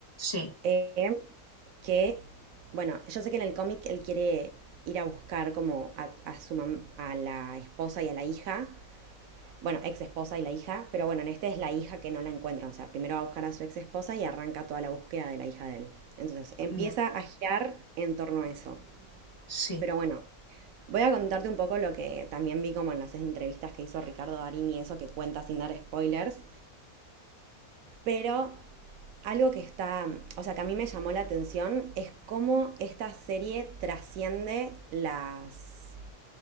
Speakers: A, on the left; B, on the right.
A: Sí,
B: eh, que, bueno, yo sé que en el cómic él quiere ir a buscar como a, a su mam- a la esposa y a la hija, bueno, ex esposa y la hija, pero bueno, en este es la hija que no la encuentran, o sea, primero va a buscar a su ex esposa y arranca toda la búsqueda de la hija de él. Entonces, empieza
A: bien,
B: a girar en torno a eso.
A: sí.
B: Pero bueno, voy a contarte un poco lo que también vi como en las entrevistas que hizo Ricardo Darín y eso que cuenta sin dar spoilers, pero algo que está, o sea, que a mí me llamó la atención es cómo esta serie trasciende las,